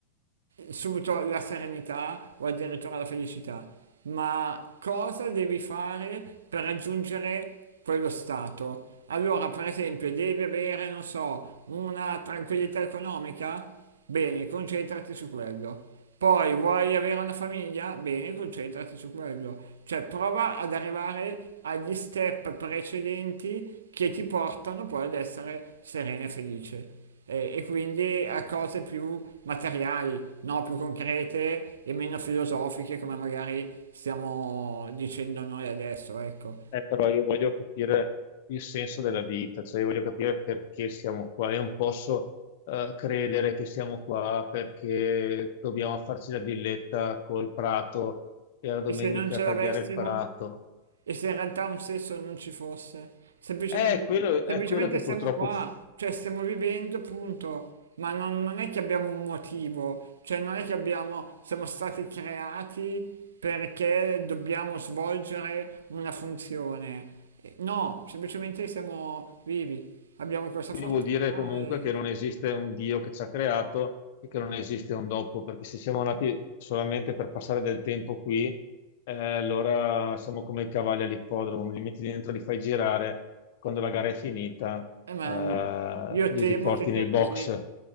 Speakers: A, on the right (about 65°); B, on the left (about 50°).
A: subito la serenità o addirittura la felicità, ma cosa devi fare per raggiungere quello stato? Allora, per esempio, devi avere, non so, una tranquillità economica? Bene, concentrati su quello. Poi vuoi avere una famiglia? Bene, concentrati su quello. Cioè, prova ad arrivare agli step precedenti che ti portano poi ad essere serena e felice e, e quindi a cose più materiali, no? più concrete e meno filosofiche come magari stiamo dicendo noi adesso, ecco.
B: Eh, però io voglio capire il senso della vita, cioè io voglio capire perché siamo qua. Io non posso eh, credere che siamo qua perché dobbiamo farci la villetta col prato e la domenica
A: E se non ce
B: tagliare
A: l'avessimo?
B: il prato.
A: E se in realtà un senso non ci fosse? Semplicemente,
B: Eh, È quello, è
A: semplicemente
B: quello che
A: siamo
B: purtroppo
A: qua, cioè stiamo vivendo, punto. Ma non, non è che abbiamo un motivo, cioè non è che abbiamo, siamo stati creati perché dobbiamo svolgere una funzione. Eh, No, semplicemente siamo vivi, abbiamo questa
B: Quindi
A: fortuna
B: vuol dire comunque
A: e,
B: che non esiste un Dio che ci ha creato e che non esiste un dopo, perché se siamo nati solamente per passare del tempo qui, eh, allora siamo come i cavalli all'ippodromo, li metti dentro, li fai girare, quando la gara è finita,
A: eh, ma
B: eh,
A: io
B: li
A: temo
B: riporti
A: che sia
B: nei
A: così.
B: box.